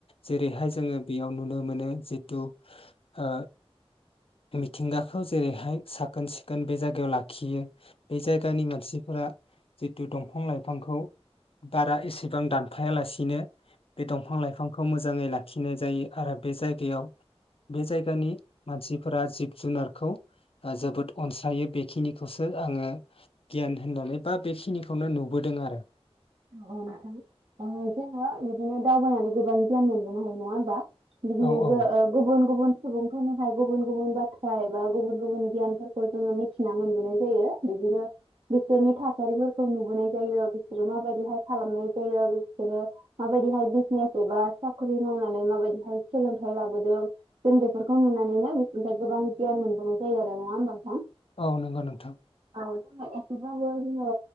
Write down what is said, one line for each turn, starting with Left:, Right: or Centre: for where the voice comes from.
Left: जेरैहाय जोंङो बेयाव नुनो मोनो जे <unintelligible> ओ मिथिंगाखौ जेरैहाय साखोन सिखोन बे जायगायाव लाखियो बे जायगानि मानसिफोरा जिथु दंफां लाइफां फांखौ बारा एसेबां दान फायालासिनो बे दंफां लाइफांखौ मोजां मोजांङै लाखिनाय जायो आरो बे जायगायाव बे जायगानि मानसि फोरा जिब जुनारखौ ओ जोबोद अनसायो बेखिनिखौसो आंङो गियान होननानै बा बेखिनिखौनो नु बोदों आरो
Right: अ नोंथां ओ जोंङो बिदिनो दावबायनानै गोबां गियान मोनबोनो हायो नंङा होमबा बियोबो
Left: औ औ
Right: ओ गुबुन-गुबुन सुबुंफोरनिफ्राय गुबुन गुबुन बाथ्रा एबा गुबुन- गुबुन गियानफोरखौ जोंङो मिथिना मोनबोनाय जायो। बिदिनो बिसोरनि थाखा थासारि नुबाय जायो बिसोरो माबायदि बिदिहाय खालामनाय जायो बिसोरो माबायदिहाय बिजनेस एबा साखरि मावनानै माबायदिहाय सोलोंथायाइ लाबोदों जों बेफोरखौ नुनानैनो बिसोरनिफ्राय गोबां गियान मोनबोनाय जायो आरो नंङा होमबानोंथां
Left: औ नंगौ नोंथां।
Right: औ जों एसेबाबो जोंङो